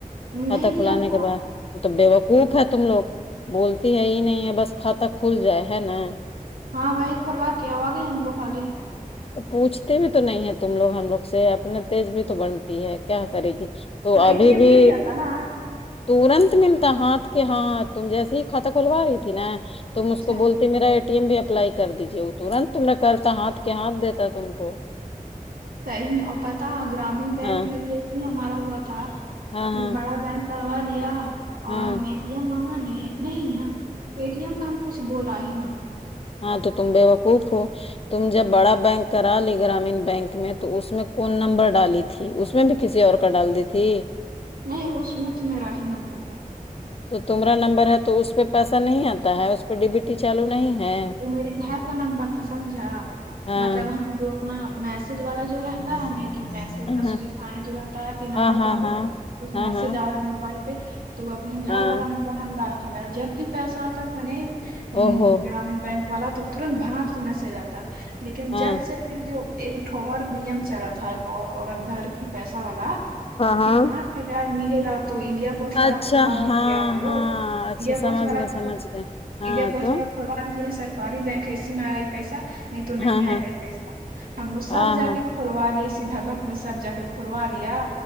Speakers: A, on the right (about 80°); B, on the left (about 40°).
A: نہیں
B: کھاتہ کھلانے
A: دیا تھا
B: کے بعد وہ تو بےوقوف ہے تم لوگ بولتی ہے یہ نہیں ہے بس کھاتا کھل جائے ہے نا
A: ہاں بھائی کلوا کے آو گئے ہم لگ خالی
B: پوچھتے بھی تو نہیں ہے تم لوگ ہم لوگ سے اپنے تیز بھی تو بنتی ہے کیا کرے گی تو ابھی
A: اے ٹی ایم
B: بھی
A: مل جاتا نا
B: ترنت ملتا ہاتھ کے ہاتھ تم جیسیے ہی کھاتہ کھلوا رہی تھی نا تم
A: اچھا
B: اس کو بولتا میراے ٹی ایم بھی اپلائی کر دیجیے وہ ترنت تما کرتا ہاتھ کہاں دیتا ہے تم کو
A: صحی میں اور پتا گرامین بینک
B: ہاں
A: میں بھی ای ہی ہمارا ہوا تھا
B: ہاں
A: ہم
B: ہاں
A: بڑا بینک کروا لیا
B: ہاں
A: اور ہم اے ٹی ایم مانگا نے نہیں ہاں پے ٹی ایم کا ہم کچھ بولا ہی نا
B: ہاں تو تم بےوقوف ہو تم جب بڑا بینک کرا لی گرامین بینک میں تو اس میں کون نمبر ڈالی تھی تھی اس میں بھی کسی اور کا ڈال دیتی
A: نہیں اس میں تو میرا ہی نمبر ہے
B: تو تمہرا نمبر ہے تو اس پہ پیسہ نہیں آتا ہے اس پہ ڈی بی ٹی چالو نہیں ہے
A: وہ میرے گھر کا نمبر تھا سمجھا
B: ہاں
A: مطلب ہم جو اپنا میسج والا جو رہتا ہے نہ میسج
B: ہاں
A: کا سودھا ہے جو رہتا ہے کہ نمبر
B: ہاں ہاں
A: ڈالو
B: ہاں ہاں
A: میسج
B: ہاں
A: آئے موبائل پہ تو اپنے
B: ہاں
A: گھر والا نمبر ہم ڈالا تھا میرا جب بھی پیسہ آتا تھا نہ
B: او ہو
A: گرامین بینک والا تو ترنت بھاگ سے میسج آتا لیکن
B: ہاں
A: جب سے پھر جو ایکٹھور نیم چلا تھا ایک عورت بھر کی پیسہ والا
B: ہاں ہاں
A: کہ پانچ ہزار ملے گا تو انڈیا پوسٹ والا
B: اچھا
A: کھولوا
B: ہاں
A: دیجیے آپ
B: ہاں
A: لوگ
B: اچھا
A: انڈیا
B: سمجھ
A: پوسٹ والا
B: گئے سمجھ گئے ہاں
A: انڈیا پوسٹ
B: تو
A: والا بواری جو یہ سرکاری بینک ہے ا سی میں ائی پیسہ نہیں تو نہیں
B: ہاں
A: آئے
B: ہاں
A: گا پیسہ ہم
B: ہاں
A: سب جا
B: ہاں
A: کے کھلوالیا اسی بھاتک میں سب جا کےکھلوالیا